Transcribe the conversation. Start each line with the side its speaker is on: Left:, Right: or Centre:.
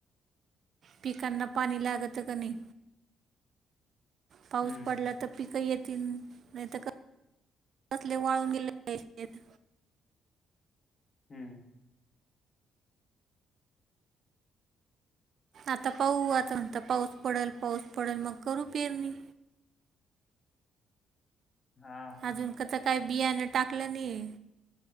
Right: पिकांना पाणी लागतं का नाही पाऊस
Left: हम्म.
Right: पडला तर पीिक येतील नाही तर कसले वाळून गेले शेत
Left: हम्म
Right: आता पाह आता म्हणता पाऊस पडल पाऊस पडल मग करू पेरणी
Left: हा
Right: अजून कस काही बियाण टाकलं नाही